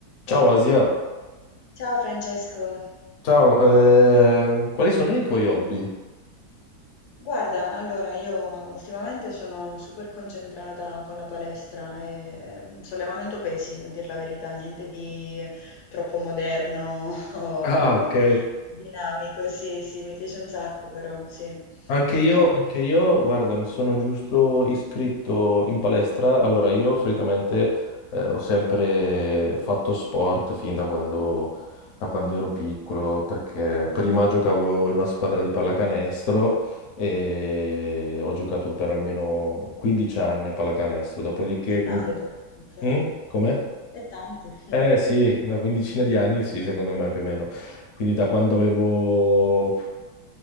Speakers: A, on the left; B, on the left.
A: Ciao Asia,
B: Ciao Francesco,
A: ciao, ehm, quali sono i tuoi hobby?
B: guarda, allora io ultimamente sono super concentrata con la palestra e mm, sollevamento pesi, a dir la verità, niente di troppo moderno <laughs> o
A: Ah, ok.
B: dinamico, sì, sì, mi piace un sacco però, sì.
A: Anche io,
B: Tu?
A: anche io, guarda, mi sono giusto iscritto in palestra. Allora, io solitamente eh, ho sempre fatto sport fin da quando, da quando ero piccolo, perché prima giocavo in una squadra di pallacanestro e ho giocato per almeno 15 anni a pallacanestro. Dopodiché,
B: È tanto,
A: comunque...
B: ok,
A: Mm? Com'è?
B: è tanto. <laughs>
A: Eh sì, una quindicina di anni sì, secondo me più o meno. Quindi da quando avevo